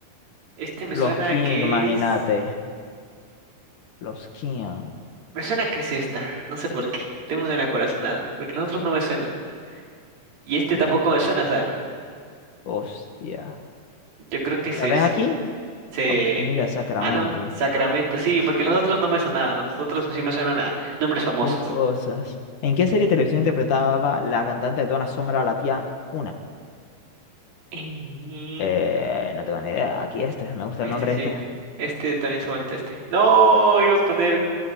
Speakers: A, on the right (about 70°); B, on the left (about 65°).
A: Este me
B: Los
A: suena
B: Kings,
A: a que
B: imagínate.
A: es.
B: Los Kings.
A: Me suena que es esta, no sé por qué. Tengo una corazonada, porque los otros no me suenan. Y este
B: Ya.
A: tampoco me suena, o sea,
B: Hostia.
A: yo creo que es
B: Tal
A: ese.
B: vez aquí.
A: Se...
B: Ah, pues mira, Sacramento.
A: Ah, no, Sacramento, sí, porque los otros no me sonaban, los otros sí me suenan a nombres famosos.
B: Qué cosas. ¿En qué serie de televisión interpretaba la cantante Donna Summer a la tía Una?
A: Y...
B: Eh, no tengo ni idea. Aquí este. Me gusta
A: Este
B: el nombre
A: sí,
B: este.
A: este también es bonito este. No, iba a poner